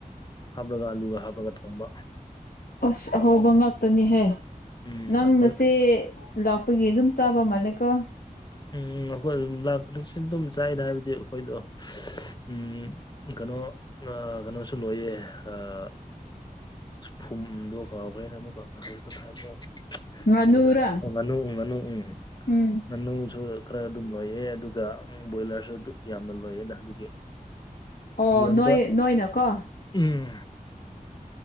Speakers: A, on the left; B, on the left.
A: ꯍꯥꯞꯄꯒ ꯑꯂꯨꯒ ꯍꯥꯞꯄꯒ ꯊꯣꯡꯕ
B: ꯑꯁ ꯑꯍꯧꯕ ꯉꯥꯛꯇꯅꯤꯍꯦ
A: ꯎꯝ
B: ꯅꯪꯁꯦ
A: ꯑꯩꯈꯣꯏ
B: ꯂꯥꯛꯄꯒꯤ ꯑꯗꯨꯝ ꯆꯥꯕ ꯃꯥꯜꯂꯦꯀꯣ
A: ꯎꯝ ꯑꯩꯈꯣꯏ ꯑꯗꯨꯝ ꯂꯥꯛꯇ꯭ꯔꯁꯨ ꯑꯗꯨꯝ ꯆꯥꯏꯗ ꯍꯥꯏꯕꯗꯤ ꯑꯩꯈꯣꯏꯗꯣ ꯎꯝ ꯀꯩꯅꯣ ꯀꯩꯅꯣꯁꯨ ꯂꯣꯏꯌꯦ ꯑꯥ ꯐꯨꯝꯗꯣ ꯀꯥꯎꯈ꯭ꯔꯦꯅꯦ ꯑꯃꯨꯛꯀ ꯍꯧꯖꯤꯛ ꯍꯥꯏꯕꯗꯣ
B: ꯉꯥꯅꯨꯔꯥ
A: ꯀꯔꯤꯔ ꯑꫭ ꯉꯥꯅꯨ ꯉꯥꯅꯨ ꯎꯝ
B: ꯎꯝ
A: ꯉꯥꯅꯨꯁꯨ ꯈꯔ ꯑꯗꯨꯝ ꯂꯣꯏꯌꯦ ꯑꯗꯨꯒ ꯕꯣꯏꯂꯔꯁꯨ ꯑꯗꯨ ꯌꯥꯝꯅ ꯂꯣꯏꯌꯦ ꯑꯗꯨꯒꯤ
B: ꯑꯣ
A: ꯌꯣꯟꯕ
B: ꯅꯣꯏ ꯅꯣꯏꯅ ꯀꯣ
A: ꯎꯝ